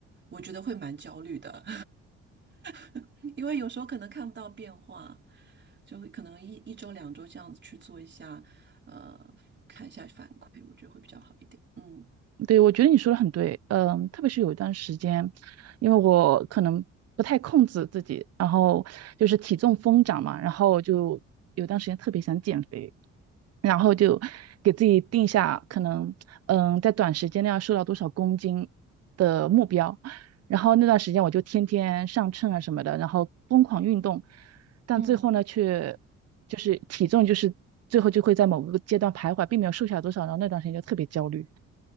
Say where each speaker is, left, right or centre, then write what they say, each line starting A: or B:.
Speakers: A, on the right; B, on the right.
A: 我觉得会蛮焦虑的，<laughs> 因为有时候可能看不到变化，就会可能一一周两周这样子去做一下，呃，看一下反馈，我觉得会比较好一点。嗯
B: 对，我觉得你说的很对，嗯，特别是有一段时间，因为我可能不太控制自己，然后就是体重疯涨嘛，然后就有段时间特别想减肥，然后就给自己定下可能，嗯，在短时间内要瘦到多少公斤的目标，然后那段时间我就天天上秤啊什么的，然后疯狂运动，但最后呢，
A: 嗯。
B: 却就是体重就是最后就会在某个阶段徘徊，并没有瘦下多少，然后那段时间就特别焦虑。